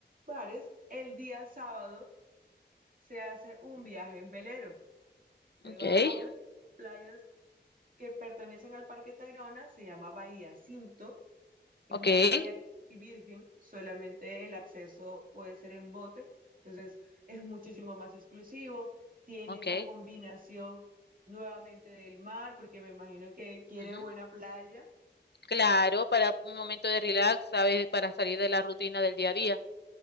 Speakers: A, on the right; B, on the left.
A: bares, el día sábado se hace un viaje en velero. Se
B: Ujú, okay,
A: va a unas playas que pertenecen al Parque Tayrona, se llama Bahía Cinto, es
B: okay.
A: una playa casi virgen, solamente el acceso puede ser en bote, entonces es muchísimo más exclusivo, tiene
B: ok.
A: esa combinación nuevamente del mar, porque me imagino que quiere
B: ujú.
A: buena playa.
B: Claro, para un momento de relax, ¿sabes? Para salir de la rutina del día a día.